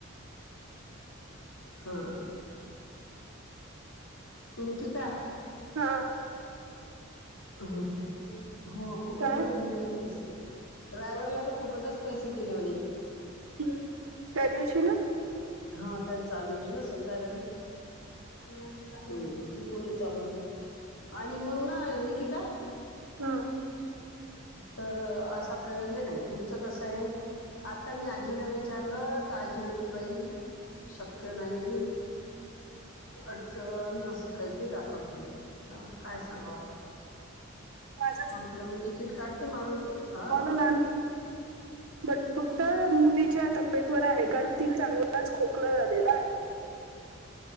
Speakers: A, on the left (about 70°); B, on the right (about 85°).
A: हा. निकिता
B: हा.
A: हा हो फुकटच
B: काय
A: दिले पैसे. ड्रायव्हरला तर फुकटच पैसे दिले म्हणे.
B: हम्म त्या दिवशी ना.
A: हा त्यान चालवली ना स्वतः गाडी. हम्म ती कोणी चालवली? आणि मग ना निकिता
B: हा.
A: तर असा प्रयोजन आहे तुमचं कसा हे? आत्ता मी आजींला विचारलं तर आजी म्हणते बाई शकय नाही अडचण असं काय ते दाखवते. <unintelligible> काय सांगू आपण
B: माझं
A: म्हटलं मी तिकीट काढते मामींचं हा.
B: मामी
A: <inaudible>
B: बट फक्त मुलीच्या तब्येतवर आहे कारण तिला चांगलाच खोकला झालेला आहे.